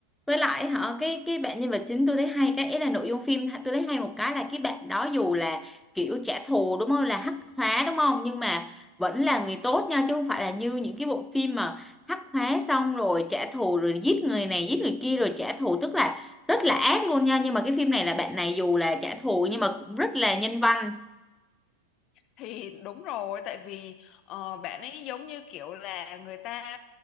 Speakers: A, in the centre; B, on the left.
A: với lại họ cái cái bạn nhân vật chính tôi thấy hay cái ý là nội dung phim tôi thấy hay một cái là cái bạn đó dù là kiểu trả thù đúng không là hắc hóa đúng không nhưng mà vẫn là người tốt nha chứ không phải là như những cái bộ phim mà hắc hóa xong rồi trả thù rồi giết người này giết người kia rồi trả thù tức là rất là ác luôn nha nhưng mà cái phim này là bạn này dù là trả thù nhưng mà cũng rất là nhân văn
B: thì đúng rồi tại vì ờ, bạn ấy giống như kiểu là người ta